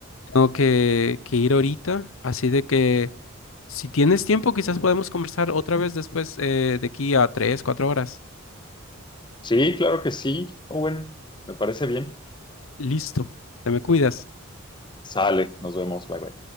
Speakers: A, on the left; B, on the left.
A: tengo que, que ir ahorita, así de que si tienes tiempo,
B: ujú,
A: quizás
B: ujú.
A: podemos conversar otra vez después eh, de aquí a tres, cuatro horas.
B: Sí, claro que sí. Owen, me parece bien.
A: Listo, te me cuidas.
B: Sale, nos vemos, bye bye.